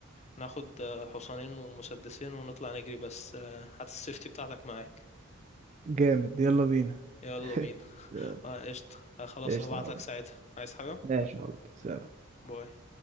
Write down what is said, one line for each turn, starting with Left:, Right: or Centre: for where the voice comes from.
Left: ناخد اه، حصانين ومسدسين ونطلع نجري بس اه، هات السيفتي بتاعتك معاك
Right: جامد يلا بينا
Left: يلا بينا
Right: <laughs>
Left: اه، قشطة اه، خلاص
Right: ايش
Left: هبعتلك
Right: يا حب
Left: ساعتها عايز حاجة
Right: ماشي يا حب سلام
Left: باي